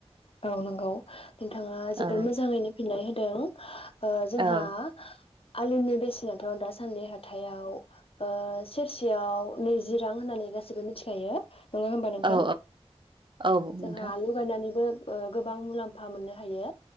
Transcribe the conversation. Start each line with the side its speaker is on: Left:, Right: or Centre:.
Left: औ नंगौ नोंथाङा जोबोद
Right: औ
Left: मोजाङैनो फिननाय होदों जोंहा
Right: औ
Left: आलुनि बेसेनाथ' दासान्दि हाथायाव ओ सेरसेयाव नैजि रां होननानै गासैबो मिथिखायो नङा होमबा नोंथां
Right: औ औ
Left: जोंहा
Right: नोंथां
Left: आलु गायनानैबो ओ गोबां मुलाम्फा मोननो हायो।